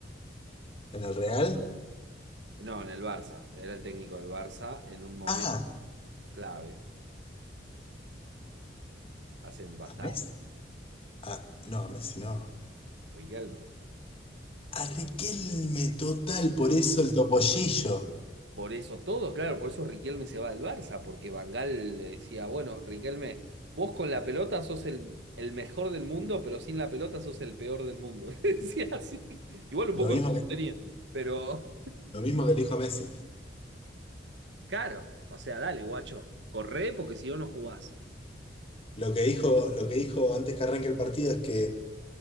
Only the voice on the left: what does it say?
¿En el Real?
Ah,
a Messi. Ah, no, a Messi no.
A Riquelme, total, por eso el topollillo.
Lo
mismo
que,
lo mismo que le dijo a Messi.
Lo que dijo, lo que dijo antes que arranque el partido es que